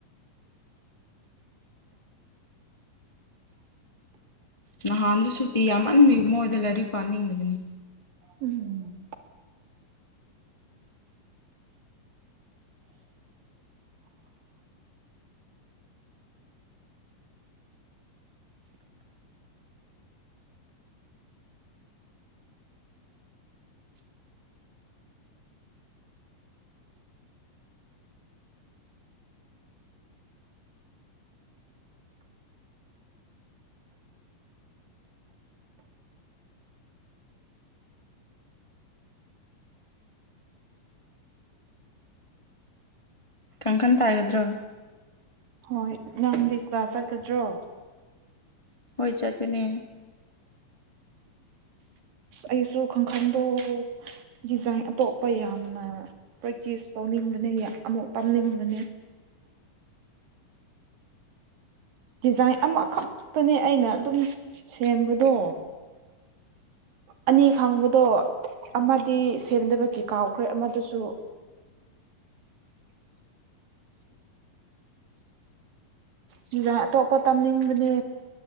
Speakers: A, on the left (about 20°); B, on the right (about 80°).
A: ꯅꯍꯥꯟꯖꯨ ꯁꯨꯇꯤ ꯌꯥꯝꯃꯟꯕꯒꯤ ꯃꯣꯏꯖꯦ ꯂꯥꯏꯔꯤꯛ ꯄꯥꯅꯤꯡꯗꯕꯅꯤ
B: ꯎꯝ
A: ꯀꯪ ꯀꯟ ꯇꯥꯏꯒꯗ꯭ꯔꯣ
B: ꯍꯣꯏ ꯉꯪꯗꯤ ꯀ꯭ꯂꯥꯁ ꯆꯠꯀꯗ꯭ꯔꯣ
A: ꯍꯣꯏ ꯆꯠꯒꯅꯦ
B: ꯑꯩꯁꯨ ꯈꯪꯈꯪꯗꯣ ꯗꯤꯖꯥꯏꯟ ꯑꯇꯣꯞꯄ ꯌꯥꯝꯅ ꯄ꯭ꯔꯦꯛꯇꯤꯁ ꯇꯧꯅꯤꯡꯕꯅꯦ ꯑꯃꯨꯛ ꯇꯝꯅꯤꯡꯕꯅꯦ ꯗꯤꯖꯥꯏꯟ ꯑꯃꯈꯛꯇꯅꯦ ꯑꯩꯅ ꯑꯗꯨꯝ ꯁꯦꯝꯕꯗꯣ
A: <inaudible>
B: ꯑꯅꯤ ꯈꯪꯕꯗꯣ
A: ꯎꯝ
B: ꯑꯃꯗꯤ ꯁꯦꯝꯗꯕꯒꯤ ꯀꯥꯎꯈ꯭ꯔꯦ ꯑꯃꯗꯨꯁꯨ ꯗꯤꯖꯥꯏꯟ ꯑꯇꯣꯞꯄ ꯇꯝꯅꯤꯡꯕꯅꯦ